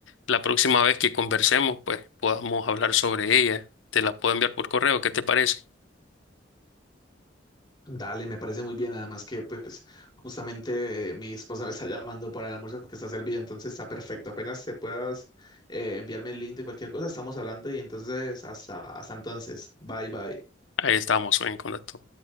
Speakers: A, on the left; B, on the left.
A: la próxima vez que conversemos, pues podamos hablar sobre ella. Te la puedo enviar por correo, ¿qué te parece?
B: Dale, me parece muy bien. Además que, pues, justamente eh, mi esposa me está llamando para el almuerzo que está servido, entonces está perfecto. Apenas te puedas eh, enviarme el link de cualquier cosa, estamos hablando y entonces hasta, hasta entonces. Bye, bye.
A: Ahí estamos en contacto.